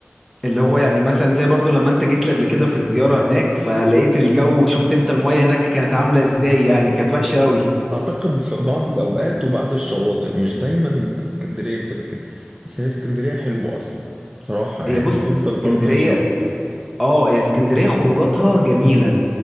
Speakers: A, in the centre; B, on the right.
A: اللي هو يعني مثلا زي برضو لما انت جيت لي قبل كده في الزيارة هناك فلقيت الجو وشفت انت المية هناك كانت عاملة ازاي يعني كانت وحشة قوي
B: <laughs> اعتقد في بعض الاوقات وبعض الشواطئ مش دايما اسكندرية بتبقى كده بس هي اسكندرية حلوة اصلا بصراحة
A: هي
B: يعني
A: بص
B: افضل
A: اسكندرية
B: برضه حلوة
A: اه هي اسكندرية خروجاتها جميلة